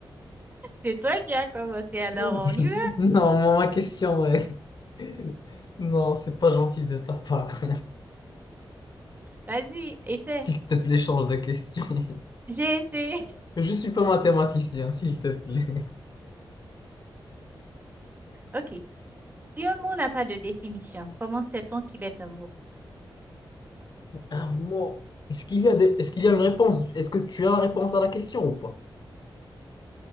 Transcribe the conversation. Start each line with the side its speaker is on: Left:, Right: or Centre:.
Right: C'est toi qui as commencé, alors
Left: <laughs>
Right: on y va.
Left: Non, ma ma question, est... <laughs> Non, c'est pas gentil de ta part.
Right: Vas-y, essaie.
Left: S'il te plaît, change de question. <laughs>
Right: J'ai essayé.
Left: Je suis pas mathématicien, s'il te plaît.
Right: <laughs> OK. Si un mot n'a pas de définition, comment sait-on qu'il est un mot?
Left: Un mot. Est-ce qu'il y a des... Est-ce qu'il y a une réponse? Est-ce que tu as la réponse à la question ou pas?